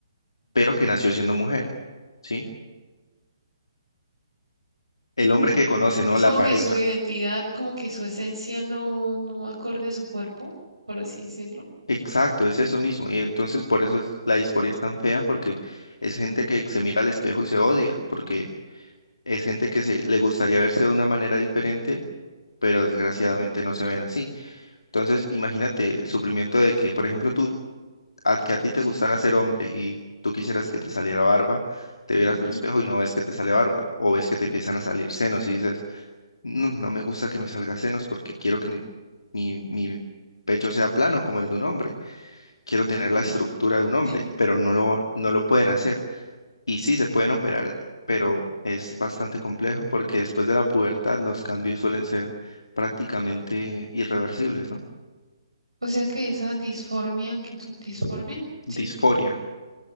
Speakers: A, on the left (about 65°); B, on the right (about 85°).
A: pero que nació siendo mujer, ¿sí? El
B: Ok,
A: hombre que conoce, ¿no?
B: es
A: La
B: como
A: pareja.
B: que su identidad, como que su esencia no, no acorde a su cuerpo, por así decirlo.
A: Exacto, es eso mismo. Y entonces por eso es- la disforia es tan fea, porque es gente
B: <clears throat>
A: que se mira al espejo y se odia, porque es gente que se, le gustaría verse de una manera diferente, pero desgraciadamente
B: Ujú,
A: no se ven así. Entonces, imagínate el sufrimiento de que, por ejemplo, tú, a, que a ti te
B: Sí.
A: gustara ser hombre y tú quisieras que te saliera barba, te vieras al
B: ujú,
A: espejo y no ves que te sale barba, o ves que te empiezan a salir senos y dices, No, no me gusta que me salga senos porque quiero que mi, mi, mi pecho sea plano como el de un hombre. Quiero
B: ujú.
A: tener la estructura de un hombre,
B: <clears throat>
A: pero no lo, no lo pueden hacer. Y sí, se pueden operar, pero es bastante complejo porque después de la pubertad los cambios suelen ser prácticamente irreversibles, ¿no?
B: O sea que esa disformia que tú, disformia, sí,
A: Disforia.